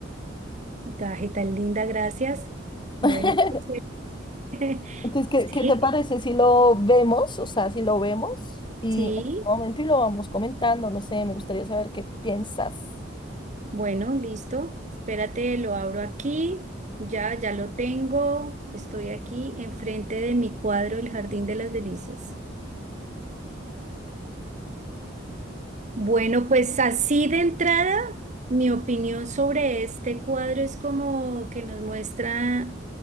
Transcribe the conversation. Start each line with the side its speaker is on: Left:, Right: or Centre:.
Right: Daje tan linda, gracias. Bueno,
Left: <laughs>
Right: pues, <laughs>
Left: Entonces, ¿qué,
Right: sí,
Left: qué te parece si lo vemos? O sea, si lo vemos y
Right: sí.
Left: en este momento y lo vamos comentando, no sé, me gustaría saber qué piensas.
Right: Bueno, listo. Espérate, lo abro aquí. Ya, ya lo tengo. Estoy aquí enfrente de mi cuadro, El Jardín de las Delicias. Bueno, pues así de entrada, mi opinión sobre este cuadro es como que nos muestra